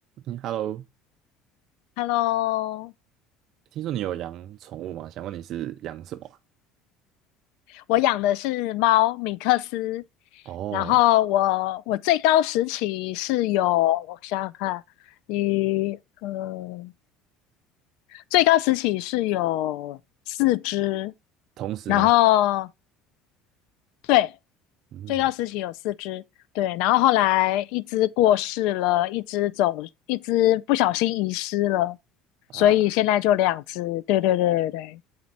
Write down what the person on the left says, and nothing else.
Hello，
我养的是猫米克斯，
然后我我最高时期是有，我想想看，一呃，最高时期是有四只，
然后对，
最高时期有四只，对，然后后来一只过世了，一只走，一只不小心遗失了，
所以现在就两只，对对对对对。